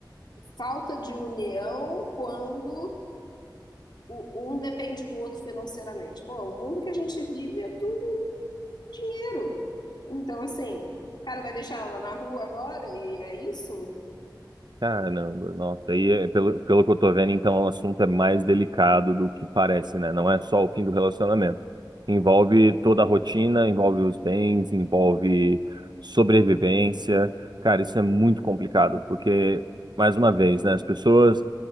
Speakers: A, on the left; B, on the right.
A: falta de união quando o- um depende do outro financeiramente. Pô, o mundo que a gente vive é tudo dinheiro. Então, assim, o cara vai deixar ela na rua agora e é isso?
B: Caramba, nossa, aí é- pelo, pelo que eu tô vendo, então o assunto é mais delicado do que parece, né? Não é só o fim do relacionamento. Envolve toda a rotina, envolve os bens, envolve sobrevivência. Cara, isso é muito complicado, porque, mais uma vez, né? As pessoas